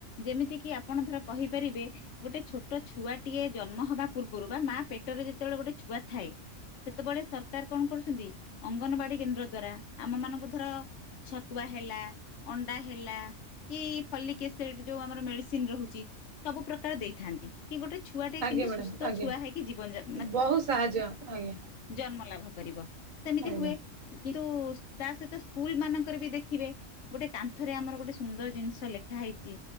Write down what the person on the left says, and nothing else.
ଯେମିତି କିି ଆପଣ ଧର କହିପାରିବେ ଗୋଟେ ଛୋଟ ଛୁଆଟିଏ ଜନ୍ମ ହବା ପୂର୍ବରୁ ବା ମା ପେଟରେ ଯେତେବେଳେ ଗୋଟେ ଛୁଆ ଥାଏ। ସେତେବେଳେ ସରକାର କଣ କରୁଛନ୍ତି ଅଙ୍ଗନବାଡି କେନ୍ଦ୍ର ଦ୍ଵାରା ଆମ ମାନଙ୍କୁ ଧର ଛତୁଆ ହେଲା ଅଣ୍ଡା ହେଲା କି ଫଲିକ ଏସିଡି ଯୋଉ ଆମର ମେଡ଼ିସିନ୍ ରହୁଛି। ସବୁ ପ୍ରକାର ଦେଇଥାନ୍ତି କି ଗୋଟେ ଛୁଆ ଟେ
କେମିତି
ସୁସ୍ଥ
ଛୁଆ ହେଇକି ଜୀବନ ଯା ମାନେ
ଜନ୍ମ ଲାଭ କରିବ ସେମିତି
ହୁଏ। କିନ୍ତୁ ତା ସହିତ ସ୍କୁଲ୍ ମାନଙ୍କରେ ବି ଦେଖିବେ ଗୋଟେ କାନ୍ଥରେ ଆମର ଗୋଟେ ସୁନ୍ଦର ଜିନିଷ ଲେଖା ହେଇଛି।